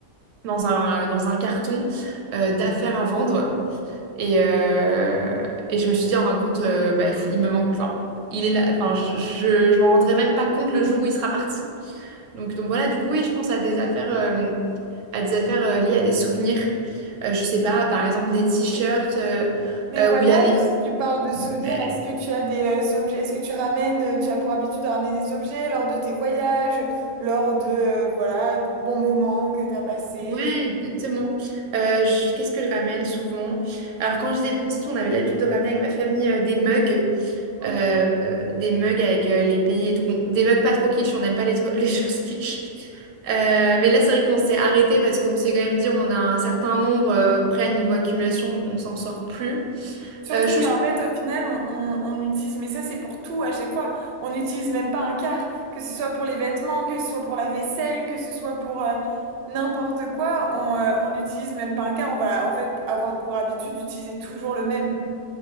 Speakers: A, on the right; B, on the right.
A: dans un, dans un carton euh, d'affaires à vendre. Et, euh, et je me suis dit, en fin de compte, euh, bah, il me manque. Enfin, il est là. Enfin, je, je, je m'en rendrai même pas compte le jour où il sera parti. Donc, donc voilà, du coup, oui, je pense à des affaires. euh, à des affaires euh, liées à des souvenirs. Euh, je sais pas, par exemple des t-shirts euh,
B: Des
A: euh,
B: voyages,
A: où il y a les...
B: si tu parles de souvenirs,
A: Ouais,
B: est-ce que tu as des euh, objets, est-ce que tu ramènes, euh, tu as pour habitude de ramener des objets lors de tes voyages, lors de, euh, voilà, de bons moments que tu as passés?
A: ouais, exactement. Euh, je- Qu'est-ce que je ramène souvent? Alors quand j'étais plus petite, on avait l'habitude de ramener avec ma famille euh, des mugs,
B: Ok.
A: euh, euh, des mugs avec euh, les pays et tout. Bon, des mugs pas trop kitsch, on n'aime pas les, tro- <laughs> les choses kitsch. Euh, mais là, c'est vrai qu'on s'est arrêté parce qu'on s'est quand même dit on en a un certain nombre. euh, après, à niveau accumulation, on s'en sort plus.
B: Surtout
A: Euh, chose
B: qu'en fait, au final, on, on- on utilise, mais ça c'est pour tout à chaque fois, on n'utilise même pas un quart, que ce soit pour les vêtements, que ce soit pour la vaisselle, que ce soit pour euh, n'importe quoi, on euh, on n'utilise même pas un quart, on va en fait avoir pour habitude d'utiliser toujours le même.